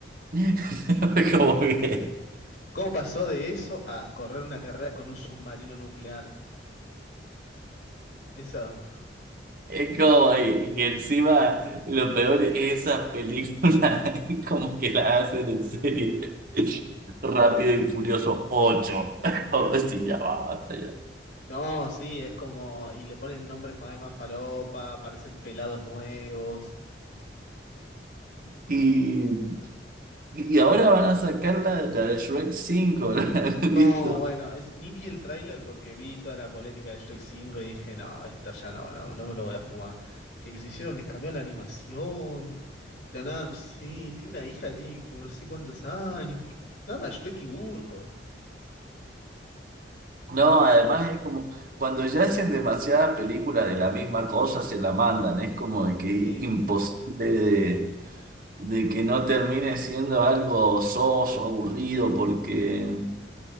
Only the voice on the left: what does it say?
¿cómo pasó de eso a correr una carrera con un submarino nuclear? Eso.
No, sí, es como. Y le ponen nombres más, más falopa, aparecen pelados nuevos.
No,
bueno, es, ni vi el tráiler porque vi toda la polémica de Shrek 5 y dije, no, esto ya no, no, no me lo voy a fumar. Que les hicieron, les cambiaron la animación. De nada, sí, tiene una hija, que tiene como no sé cuántos años. que- Dame a Shrek y burro, por
favor.
Sí.